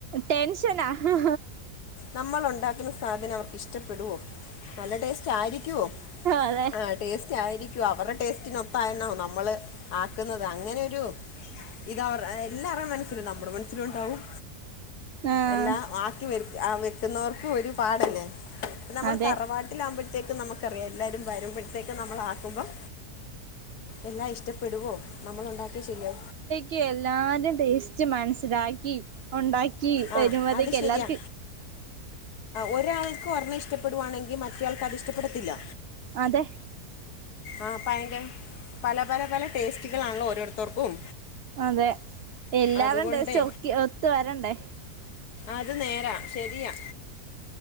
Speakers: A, on the right (about 70°); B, on the left (about 80°).
A: ടെൻഷനാ ആഹ്
B: നമ്മളുണ്ടാക്കുന്ന സാധനം അവർക്ക് ഇഷ്ടപ്പെടോ നല്ല ടേസ്റ്റ് ആയിരിക്കുവോ
A: അതെ
B: ആ ടേസ്റ്റ് ആയിരിക്കും അവരുടെ ടേസ്റ്റിനൊത്തായിണോ നമ്മള് ആക്കുന്നത് അങ്ങനെയൊരു ഇത അവർ എല്ലാരുടെ മനസ്സിലും ഉണ്ടാവും നമ്മുടെ മനസ്സിലും ഇണ്ടാവും
A: ആഹ്
B: എല്ലാം ആക്കി വെ ആ വെക്കുന്നവർക്കും ഒരു പാടല്ലേ നമ്മൾ
A: അതെ
B: വാട്ടിലാവകുമ്പോഴത്തേക്ക് നമക്കറിയാം എല്ലാവാരും വരുമ്പോഴത്തേക്കും നമ്മൾ ആക്കുമ്പം എല്ലാം ഇഷ്ടപ്പെടുവോ നമ്മൾ ഉണ്ടാക്കിയ ശരിയാ
A: ക് എല്ലാരും ടേസ്റ്റ് മനസ്സിലാക്കി ഉണ്ടാക്കി
B: ആ
A: വരുമ്പത്തേക്ക്
B: അത് ശരിയാ
A: എല്ലാർക്കും
B: ഒരാൾക്ക് ഒരണ്ണം ഇഷ്ടപ്പെടുവാണെങ്കി മറ്റേ ആൾക്ക് അതിഷ്ട്ടപ്പെടത്തില്ല
A: അതെ
B: ആഹ് പയങ്കര പല പല പല ടേസ്റ്റുകളാണല്ലോ ഓരോരുത്തർക്കും
A: അതെ എല്ലാര്ടേം
B: അതുകൊണ്ട്
A: ടേസ്റ്റ് ഒത്ത് വരണ്ടെ
B: അത് നേരാ ശെരിയാ